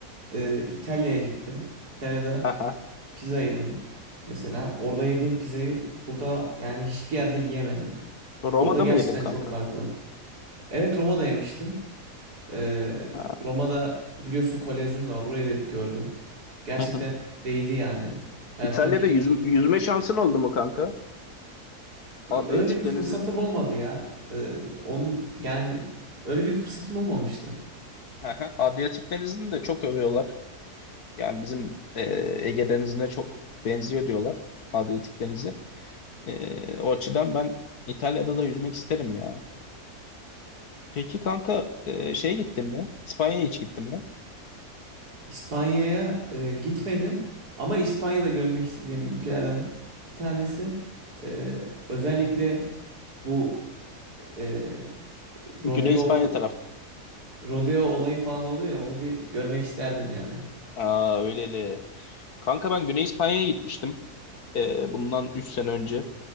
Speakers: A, on the right; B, on the left.
A: e, İtalya'ya gittim. İtalya'da
B: Aha.
A: pizza yedim mesela. Orada yediğim pizzayı burada yani hiçbir yerde yiyemedim.
B: Roma'da
A: Orada gerçekten
B: mı yedin kanka?
A: çok farklı. Evet Roma'da yemiştim. E,
B: Ha.
A: Roma'da biliyorsun Kolezyum da var. Orayı da bir gördüm. Gerçekten
B: Hı hı.
A: değdi yani. Hayatımdaki
B: İtalya'da
A: en
B: yüz-
A: iyi deneyimlerim.
B: yüzme şansın oldu mu kanka? Adriyatik
A: Öyle bir fırsatım
B: Denizi.
A: olmadı ya. E, onun yani öyle bir fırsatım olmamıştı.
B: Aha. Adriyatik Denizi'ni de çok övüyorlar. Yani bizim e, Ege Denizi'ne çok benziyor diyorlar. Adriyatik Denizi. E, o açıdan ben İtalya'da da yüzmek isterim ya. Peki kanka e, şeye gittin mi? İspanya'ya hiç gittin mi?
A: İspanya'ya e, gitmedim ama İspanya'da görmek istediğim ülkelerden bir tanesi. E, özellikle bu e,
B: Güney
A: rodeo
B: İspanya taraf.
A: rodeo olayı falan oluyor ya onu bir görmek isterdim yani.
B: Aa öyleli. Kanka ben Güney İspanya'ya gitmiştim. E, bundan 3 sene önce.